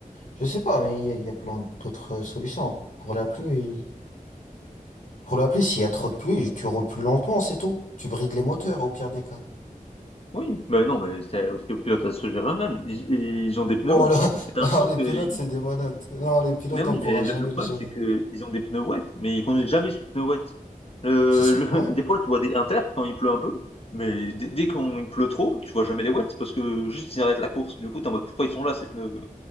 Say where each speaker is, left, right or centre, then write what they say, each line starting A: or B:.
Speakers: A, on the left; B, on the left.
A: je sais pas, mais il y, a il y a plein d'autres euh, solutions. Pour la pluie, pour la pluie, s'il y a trop de pluie, tu roules plus lentement, c'est tout. Tu brides les moteurs au pire des cas.
B: Oui, mais non, mais c'est aussi aux pilotes à se gérer eux-mêmes. Ils, ils ont des pneus
A: Oh
B: wet.
A: là, <laughs>
B: Mais t'as
A: non,
B: l'impression
A: les pilotes,
B: que,
A: c'est des malades. Non, les pilotes,
B: mais oui,
A: on pourra
B: mais le,
A: jamais
B: le problème
A: les gérer.
B: c'est que ils ont des pneus wet, mais ils conduisent jamais sous pneus wet. Le,
A: C'est ça,
B: le-
A: ouais.
B: <laughs> des fois, tu vois des inter quand il pleut un peu, mais dès, dès qu'il pleut trop, tu vois jamais les wets parce que juste ils arrêtent la course. Du coup, t'es en mode pourquoi ils sont là ces pneus?